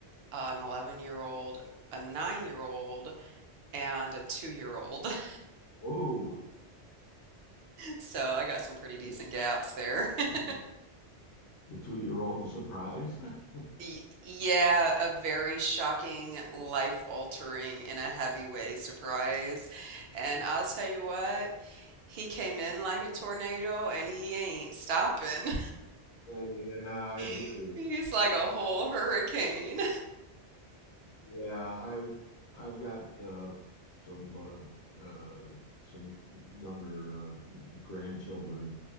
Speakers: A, on the right (about 65°); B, on the left (about 80°).
A: uh, an 11 year old, a nine year old, and a two year old. <laughs>
B: Oh,
A: So I got some pretty decent
B: <laughs>
A: gaps there. <laughs>
B: the, the two-year-old is surprised. <laughs>
A: Y- Yeah, a very shocking, life altering, in a heavy way surprise. And I'll tell you what, he came in like a tornado and he ain't stopping.
B: Yeah, I hear
A: <laughs>
B: you.
A: He's like a whole
B: I,
A: hurricane.
B: yeah, I've I've got uh some uh, uh some younger uh, grandchildren